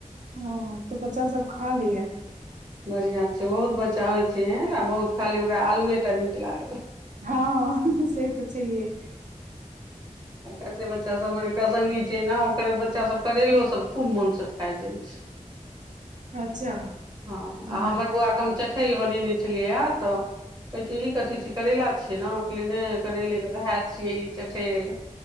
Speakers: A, on the right; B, on the right.
A: ह तऽ बच्चा सभ खा लय या
B: बढ़िआ छै बहुत बच्चा होइ छै ए ने बहुत खाली ओकरा आलुए टा नीक लागल
A: ह से तऽ छैहिये
B: आ कतेक बच्चा सभ हमर एकटा सङ्गी छै ना ओकर बच्चा सभ करलो सभ खूब मोन सँ खाइ जाइत छै
A: अच्छा
B: हँ
A: बड़
B: आ हमर बौआ के हम चठेल बनेने छलियै यो तऽ कहै छै ई कथी छी करैला छियै ने ले नहि करैले के भाय छियै ई चठेल।